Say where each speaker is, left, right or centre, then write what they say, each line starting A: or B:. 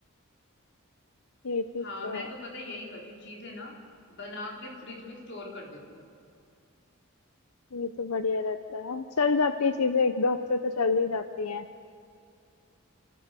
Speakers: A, on the left; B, on the left.
A: ये चीज
B: हाँ
A: तो
B: मैं
A: है
B: तो पता है यही करती हूँ चीजें ना बना के फ्रिज में स्टोर कर देती हूँ
A: ये तो बढ़िया रहता है चल जाती है चीजें एक दो हफ्ते तो चल ही जाती हैं